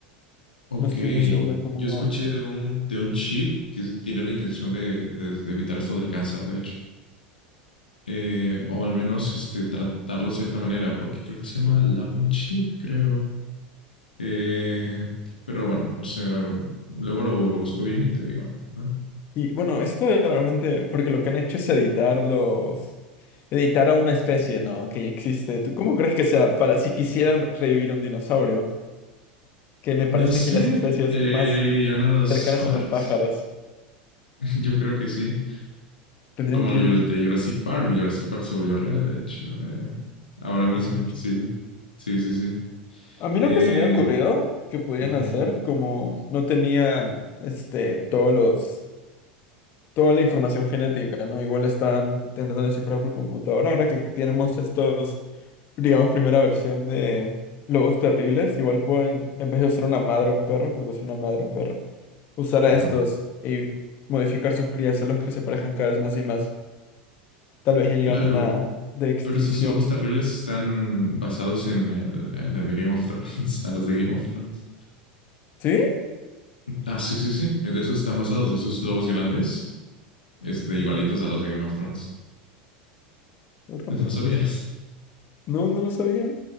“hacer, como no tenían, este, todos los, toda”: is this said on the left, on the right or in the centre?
Left